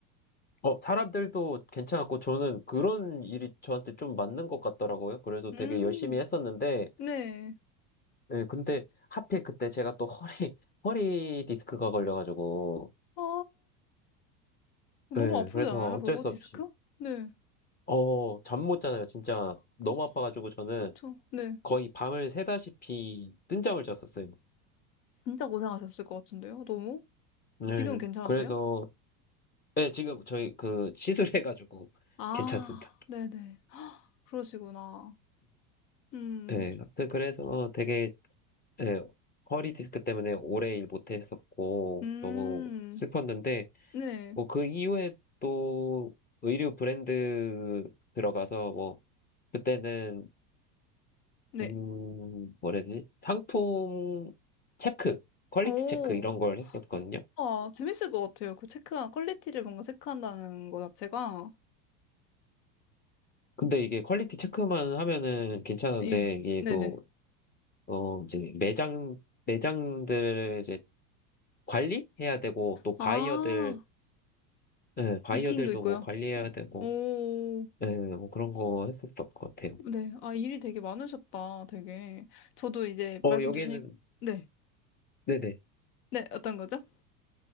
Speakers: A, on the left; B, on the left.
A: 어, 사람들도 괜찮았고 저는 그런 일이 저한테 좀 맞는 것 같더라고요. 그래서 되게
B: 음,
A: 열심히 했었는데
B: 네.
A: 예, 근데 하필 그때 제가 또 허리 <laughs> 허리 디스크가 걸려가지고
B: 아, 너무
A: 예,
B: 아프지
A: 그래서
B: 않아요,
A: 어쩔
B: 그거?
A: 수
B: 디스크?
A: 없이
B: 네.
A: 어, 잠 못 자요. 진짜 너무
B: 아,
A: 아파가지고 저는
B: 그렇죠. 네.
A: 거의 밤을 새다시피 뜬 잠을 잤었어요.
B: 진짜 고생하셨을 것 같은데요, 너무?
A: 네,
B: 지금 괜찮으세요?
A: 그래서 네, 지금 저희 그 시술해가지고 <laughs>
B: 아,
A: 괜찮습니다.
B: 네네. 그러시구나. 음,
A: 네, 튼 그래서 되게 네, 허리 디스크 때문에 오래 일 못했었고
B: 음,
A: 너무 슬펐는데
B: 네,
A: 뭐 그 이후에 또 의류 브랜드 들어가서 뭐 그때는
B: 네.
A: 음 뭐라지 상품 체크 퀄리티
B: 오,
A: 체크 이런 걸 했었거든요.
B: 아, 재밌을 것 같아요. 그 체크한, 퀄리티를 뭔가 체크한다는 거 자체가.
A: 근데 이게 퀄리티 체크만 하면은 괜찮은데
B: 예,
A: 이게
B: 네네.
A: 또 어 이제 매장 매장들 관리해야 되고 또
B: 아,
A: 바이어들 예, 바이어들도
B: 미팅도 있고요.
A: 뭐 관리해야
B: 어,
A: 되고
B: 오,
A: 예, 뭐 그런 거 했었을 것 같아요.
B: 네. 아, 일이 되게 많으셨다, 되게. 저도 이제
A: 어
B: 말씀
A: 여기는
B: 들으니, 네.
A: 네네.
B: 네, 어떤 거죠?